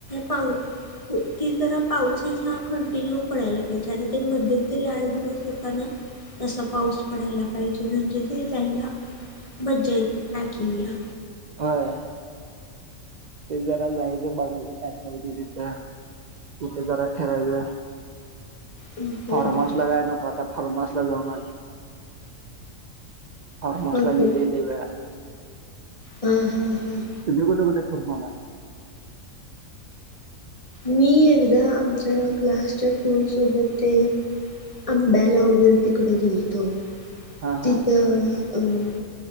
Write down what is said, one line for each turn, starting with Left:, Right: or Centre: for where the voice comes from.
Left: पा ती जरा पाऊस असा कंटिन्यू पडायला पाहिजे आता ते मध्यंतरी आठ दिवस होताना तसा पाऊस पडायला पाहिजे म्हणजे ते जायला मज्जा य टाकीला
Right: हय ते ज ला जायचं बघायच काय का होती तिथे तिथे जरा ठरायचं
Left: हम्म
Right: फार्मासला काय नको आता फार्मास ला जाऊन आली <unintelligible>
Left: बरोबर हम् हम् हम्
Right: तुम्ही कुठं कुठं फिरुन आलात
Left: मी एकदा आमच्या क्लासच्या टू सोबत ते आंब्याला वगैरे तिकडे घेोलतो
Right: हा
Left: तिथं
Right: हा
Left: अं